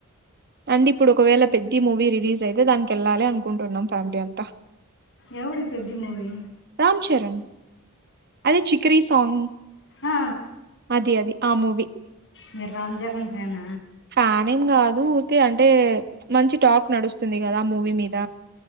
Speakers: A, on the right; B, on the left.
A: అండి ఇప్పుడు ఒకవేళ పెద్ది మూవీ రిలీజ్ అయితే దానికి వెళ్ళాలి అనుకుంటున్నాం ఫ్యామిలీ అంతా
B: ఎవడు పెద్ది మూవి
A: రామ్ చరణ్ అదే చికరి సాంగ్
B: ఆ,
A: అది అది ఆ మూవి
B: మీరు రామ్ చరణ్ ఫ్యాన
A: స ఫ్యానే ఏం కాదు ఊరికే అంటే మంచి టాక్ నడుస్తుంది కదా మూవీ మీద